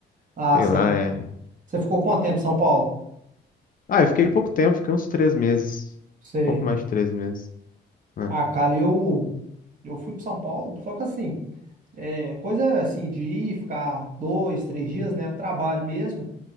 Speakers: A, on the right; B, on the left.
A: Ah,
B: Sei
A: sei.
B: lá, é.
A: Você ficou quanto tempo em São Paulo?
B: Ah, eu fiquei pouco tempo, fiquei uns três meses.
A: Sei.
B: Pouco mais de três meses. né?
A: Ah, cara, eu, eu fui para São Paulo, só que assim. É, coisa assim de ir, ficar dois, três dias, né? Trabalho mesmo.